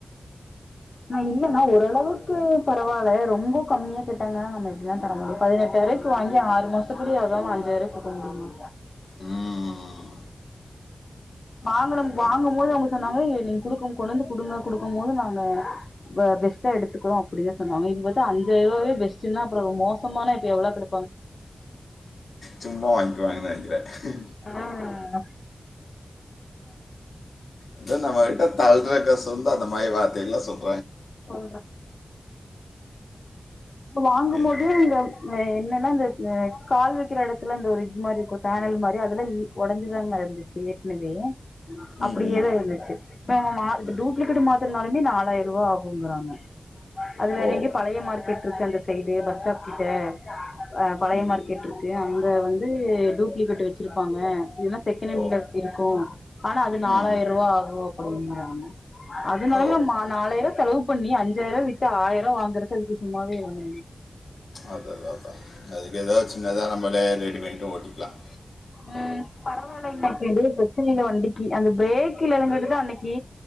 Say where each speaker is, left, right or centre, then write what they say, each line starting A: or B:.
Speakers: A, on the left (about 55°); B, on the left (about 85°).
A: ணா இல்லணா ஓரளவுக்கு பரவா இல்ல ரொம்ப கம்மியா கேட் டாங்கனா நம்ம எப்டிணா தர முடியு பதினெட்டாயிருவாய்க்கி வாங்கி ஆறு மாசொ கூடியு ஆகாம அஞ்சாய்ருவாய்க் குடுக்க முடியுமா
B: ம்
A: வாங்கணும்
B: அதேதான்
A: வாங்கம் போது அவுங்க சொன்னாங்க இத நீங்க குடுக்கும் கொண்டாந்து குடுங்க குடுக்கம் போது நாங்க ப பெஸ்டா எடுத்துக்குறோ அப்டின்தா சொன்னாங்க இவுங்க வந்து அஞ்சாயிருவாவே பெஸ்ட்டுனா அப்பறோ ரொம் மோசமான இப்ப எவளோ குடு
B: சும்மா வாய்ங்குவாங்கனா <unintelligible>
A: ஆஹ்
B: எதோ நமக்கிட்ட தள் ற காச வந்து அந்த மாரி வார்த்தைல்லா சொல்
A: அ வாங்கும்போது
B: என்ன
A: இங்க அ என்னன் னா அந்த ஆ கால் வெக்கிற எடத்துல அந்த ஒரு இது மாரி இருக்கு பேனல் மாரி அதெல்லா இல் ஒடஞ்சுதாங்க இருந்துச்சி ஏற்க்னவே அப்டியேதா
B: ம் ம்
A: இருந்துச்சு இப்ப ந மா இப்ப
B: ம்
A: டூப்ளிகேட்டு மாத்தனுனாலுமே நால் யிருவா ஆ வுங்குறாங்கா அது வேற
B: ஓ
A: எங்கயு பழைய மார்க்கெட்ருக்கு அந்த சைடு பஸ்டாப் கிட்ட அ பழைய
B: ம்
A: மார்க்கெட்ருக்கு அங் க வந்து டூப்ளிகேட்டு வெச்சிருப்பாங்க செகனாண்ட்ல
B: ஓ
A: இருக்கு ஆனா அது நாலாயிருவா
B: ம்
A: ஆகு அப்டிங்குறாங்க அதுனாலத
B: ஓ
A: ம நாலாயிர செலவு பண்ணி அஞ்சாயிரம் விட்டு ஆயிருவா வாங்குறக்கு அதுக்கு சும்மாவே இருந்
B: அது அதான் அதான் அதுக்கு ஏதாவது சின்னதாக நம்மளே ரெடி பண்ணிட்டு ஓட்டிக்கலாம்
A: உம் பரவலைங்க <unintelligible> பிரச்சனையில வண்டிக்கு அந்த பிரேக் இலதுங்கிறது தான் அன்னைக்கு